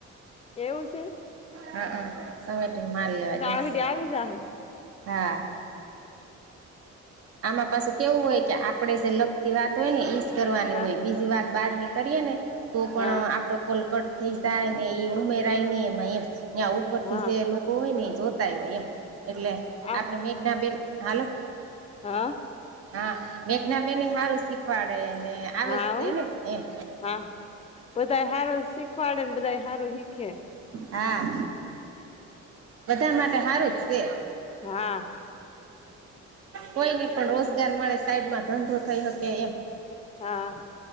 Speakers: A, on the left; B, on the right.
A: એવું છે.
B: હા હમ સમેટીને માલ લેવા
A: તો
B: જસ
A: આગળ આવી જા હે
B: હા. આમાં પાસેું કેવું હોય કે આપડે જે લગતી વાત હોય ને ઈજ કરવાની
A: હા
B: હોય બીજી વાત બાર ની. કરીએ ને તો પણ
A: હા
B: આપડો કોલકટ થઈ જાય. એ ઉમેરાય નહી એમાં એમ ત્યાં ઉપર
A: હા
B: થી જે લોકો હોય ને એ જોતાય હોય એમ. એટલે
A: આમ
B: આપડે મેઘનાબેન હાલો.
A: હા.
B: હા મેક ના બે ને સારું શીખવાડે ને આવે
A: હા
B: જ છે ને એમ
A: હા બધા સારું શીખવાડે ને બધા સારું હીખીએ.
B: હા. બધા માટે સારું જ છે.
A: હા.
B: કોઈ નઈ પણ રોજગાર મળે સાઈડમાં ધંધો થઈ શકે એમ
A: હા.